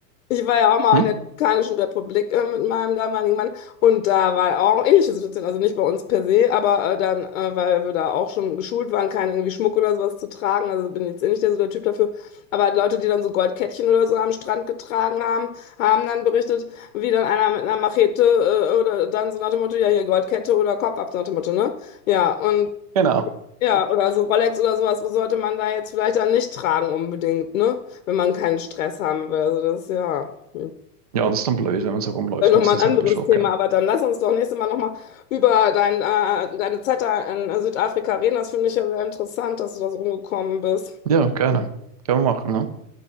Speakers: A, on the left; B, on the right.
A: Ich war ja auch mal
B: Hm?
A: in der Dominikanischen Republik äh, mit meinem damaligen Mann und da war auch eine ähnliche Situation, also nicht bei uns per se, aber äh, dann, äh, weil wir da auch schon geschult waren, keinen irgendwie Schmuck oder sowas zu tragen, also bin jetzt eh nicht der, so der Typ dafür, aber halt Leute, die dann so Goldkettchen oder so am Strand getragen haben, haben dann berichtet, wie dann einer mit einer Machete äh, oder dann so nach dem Motto, ja hier Goldkette oder Kopf ab, so nach dem Motto, ne? Ja, und
B: Genau.
A: ja, oder so Rolex oder sowas sollte man da jetzt vielleicht dann nicht tragen unbedingt, ne? Wenn man keinen Stress haben will, also das, ja... hm.
B: Ja, das ist dann blöd, wenn man so rumläuft,
A: Dann nochmal
B: ein bisschen
A: ein
B: selber
A: anderes
B: schuld,
A: Thema,
B: genau.
A: aber dann lass uns doch nächstes Mal nochmal über dein, äh, deine Zeit da in äh, Südafrika reden. Das finde ich ja sehr interessant, dass du da so rumgekommen bist.
B: Ja, gerne. Können wir machen, ne?